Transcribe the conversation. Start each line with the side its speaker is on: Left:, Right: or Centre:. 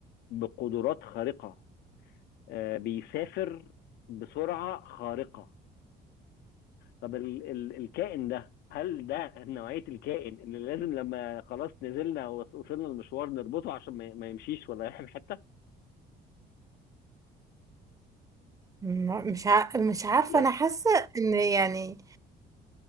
Left: بقدرات خارقه آه، بيسافر بسرعه خارقه طب ال ال الكائن ده هل ده نوعيه الكائن اللي لازم لما خلاص نزلنا ووصلنا المشوار نربطه عشان ما ما يمشيش ولا يروح في حته؟
Right: م- مش ع... مش عارفة
Left: Yeah.
Right: انا حاسة ان يعني